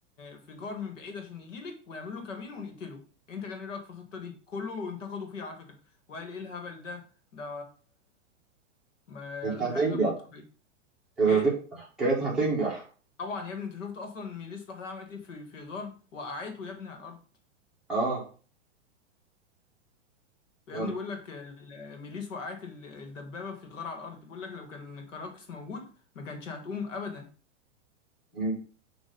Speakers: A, on the left; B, in the centre.
A: في جار من بعيد عشان يجيلك ونعمل له كمين ونقتله انت كان ايه رأيك في الخطة دي كله انتقدوا فيها على فكرة وقال ايه الهبل ده ده ما...
B: كانت هتنجح
A: حاجة غير منطقية
B: كانت
A: ايه
B: هتنجح كانت هتنجح
A: طبعا يا ابني انت شفت اصلا ميليس لوحدها عملت ايه في في غار وقعته يا ابني على الارض
B: اه
A: ويا
B: يلا
A: ابني بيقول لك ال- ميليس وقعت ال- الدبابه في غار على الارض بيقول لك لو كان كراكس موجود ما كانتش هتقوم ابدا
B: مم.